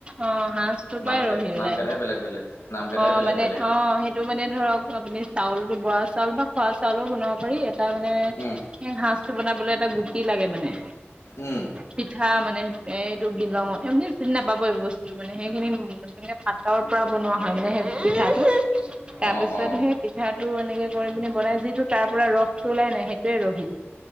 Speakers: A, on the right; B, on the left.
A: অ', সাজটো পায়
B: নাম
A: ৰহি
B: নাম
A: উলাই,
B: কেইটাহে বেলেগ বেলেগ নাম কেইটাহে
A: অ',
B: বেলেগ
A: মানে
B: বেলেগ
A: অ', সেই এইটো মানে ধৰক, আপুনি চাউলো বৰা চাউল বা খোৱা চাউলো বনাব পাৰি, এ এটা মানে,
B: উম
A: এ সাজটো বনাবলৈ এটা গুটি লাগে মানে।
B: উম
A: পিঠা মানে, এইটো বিলঙ আপুনি চিনি নাপাব এইবোৰ বস্তু মানে, সেইখিনি মানে এই পাতৰ পৰা বনোৱা হয় মানে, সেই পিঠাটো, তাৰপিছত
B: অ অ
A: সেই পিঠাটো এনেকে কৰি পিনে বনাই, যিটো তাৰপৰা ৰসটো ওলাই নাই, সেইটোয়ে ৰহি।